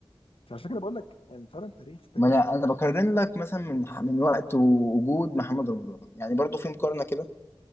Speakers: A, on the left; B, on the left.
A: فعشان كده بقول لك يعني فعلا تاريخ تاريخ
B: ما أنا أنا بقارن لك مثلا من من وقت ووجود محمد رمضان يعني برضه في مقارنة كده